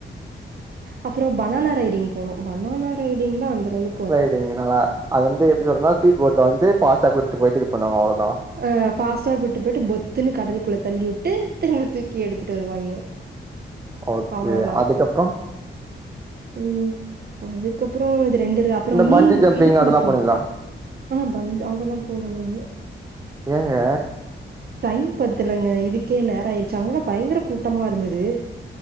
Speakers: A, on the right; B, on the right.
A: அப்பறொ பனானா ரைடிங் போனோ பனானா ரைடிங்லா அந்த லெவலுக்கு வொர்
B: என்னனா அது வந்து எப்டி சொல்றதுன்னா ஸ்பீட் போட்ல வந்து பாஸ்டா கூப்ட்டு போய்ட்டு இது பண்ணுவோ அவ்ளதா
A: அ ஃபாஸ்டா கூட்டு போயிட்டு பொத்துன்னு கடலக்குள்ள தள்ளி உட்டு திரும்ப தூக்கி எடுத்துட்டு வருவாய்ங்க
B: ஓகே
A: அவ்வளோதான்.
B: அதுக்கப்றொ
A: ம் அதுக்கப்பறோ இது ரெண்டு ராப் அப்றம்
B: இந்த
A: மீன்
B: பஞ்சு ஜம்பிங்
A: இதுக்குள்ள
B: அதெல்லா
A: போனோ
B: போனீங்களா
A: ஆ பந்து அதெல்லா போல நானு
B: ஏங்க
A: டைம் பத்தலேங்க இதுக்கே நேராயிரச்சு அங்கலா பயங்கர கூட்டமா இருந்துது.